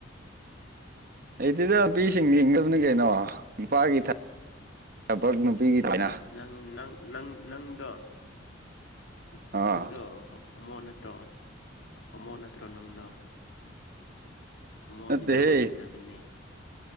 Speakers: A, on the right (about 50°); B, on the left (about 65°).
A: ꯍꯩꯇꯦꯗ ꯅꯨꯄꯤꯁꯤꯡ
B: ꯍꯨꯝ
A: ꯂꯤꯡꯒꯗꯕꯅꯤ ꯀꯩꯅꯣ ꯅꯨꯄꯥꯒꯤ ꯊ ꯕꯛ ꯅꯨꯄꯤꯒꯤ <unintelligible>
B: ꯑꯁ ꯅꯪ ꯅꯪ ꯅꯪ ꯅꯪꯗꯣ ꯅꯨꯞ
A: ꯑꯥ
B: ꯅꯪꯗꯣ ꯍꯣꯝ ꯍꯣꯝꯃꯣ ꯅꯠꯇ꯭ꯔꯣ ꯍꯣꯝꯃꯣ ꯅꯠꯇ꯭ꯔꯣ ꯅꯪꯗꯣ ꯍꯣꯃꯣꯗꯤ
A: ꯅꯠꯇꯦꯍꯦ
B: ꯂꯧ ꯂꯤꯡꯒꯗꯕꯅꯦ